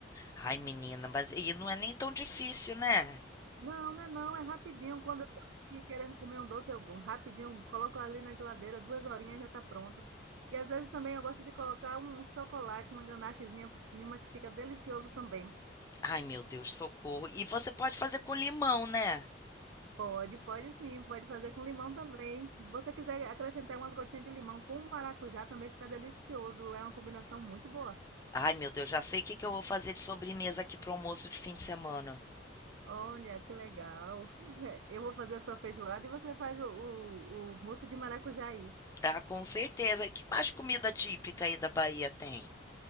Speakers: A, on the left (about 15°); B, on the right (about 85°).
A: Ai, menina, mas e não é nem tão difícil, né?
B: Não, né? Não, é rapidinho. Quando eu tô aqui querendo comer um doce, eu rapidinho coloco ali na geladeira, duas horinhas já tá pronto. E às vezes também eu gosto de colocar um chocolate, uma ganachezinha por cima, que fica delicioso também.
A: Ai, meu Deus, socorro. E você pode fazer com limão, né?
B: Pode, pode sim, pode fazer com limão também. Se você quiser acrescentar umas gotinhas de limão com maracujá, também fica delicioso. É uma combinação muito boa.
A: Ai, meu Deus, já sei o que que eu vou fazer de sobremesa aqui pro almoço de fim de semana.
B: Olha, que legal. <laughs> Eu vou fazer a sua feijoada e você faz o, o, o mousse de maracujá aí.
A: Ah, com certeza. E que mais comida típica aí da Bahia tem?